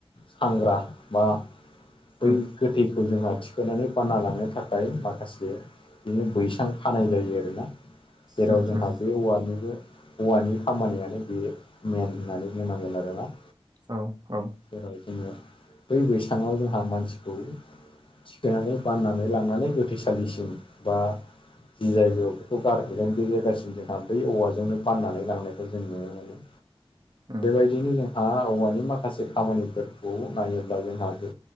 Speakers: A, on the left (about 55°); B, on the right (about 40°).
A: सांग्रा बा बै
B: उम
A: गोथैखौ जोंहा थिखायनानै बाना लांनो थाखाय माखासे बिदिनो बैसां खानाय जायो आरोना जेराव
B: उम
A: जोंहा
B: उम
A: बे औवानिबो हौवानि खामानियानो बेयो मेन होननानै बुंनांगोन आरोना।
B: औ औ।
A: ओ जेरै जोङो बै बैसाङाव जोंहा मानसिखौ थिखोनानै बाननानै लांनानै गोथैसालिसिम बा ओ जि जायगायाव बेखौ गारहैगोन बे जायगासिम जोंहा बै औवाजों नो बाननानै लांनायखौ जों नुनो मोनो।
B: ओम।
A: बेबायदिनो जोंहा औवानि माखासे खामानिफोरखौ नायोब्ला जोंहाबो